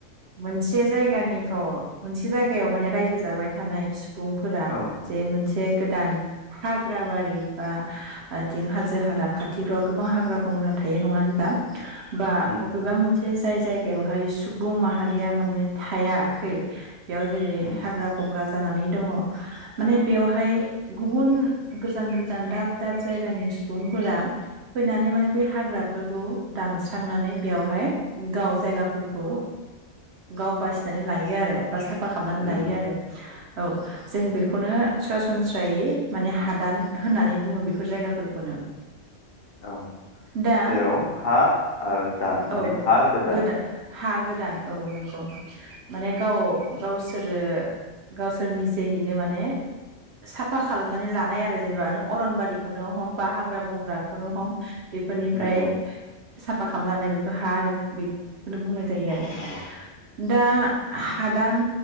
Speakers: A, on the right (about 65°); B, on the left (about 60°).
A: मोनसे जायगानिथ' मोनसे जायगायाव माने रायजो जाबाय थानाय सुबुंफोरा
B: औ
A: जे मोनसे गोदान हाग्रा बारि बा आथिं हाजो हाला खाथिफ्राव गोबां हाग्रा बंग्रा थायो नङा होनबा। बा
B: उम
A: अबेबा मोनसे जाय जायगायावहाय सुबुं माहारिया माने थायाखै। बेयाव जेरै
B: उम
A: हाग्रा बंग्रा जानानै दङ। माने बेवहाय गुबुन गोजान गोजान दाब दाब जायगानि सुबुंफोरा फैनानै माने बै हाग्राफोरखौ दानस्रांनानै बेयावहाय गाव जायगाफोरखौ गाव बासिनानै लायो आरो बा साफा खालामनानै
B: नंगौ
A: लायो आरो औ जों बेखौनो सरासनस्रायै माने हादान होननानै बुङो बेखौ बेफोर जायगाफोरखौनो
B: औ
A: दा
B: जेराव हा आरो दान माने
A: औ
B: हा गोदान
A: गोदा हा गोदान नंगौ औ माने गाव गावसोरो गावसोरनि जेहैनो माने साफा खालामनानै लानाय आरो जेनेबा नों अरन नो हम बा हाग्रा बंग्राखौनो हम बेफोरनिफ्राय
B: नंगौ
A: साफा खालामनानै बेखौ हा आरो बे बेखौनो बुंनाय जायो आरो
B: नंगौ
A: दा हादान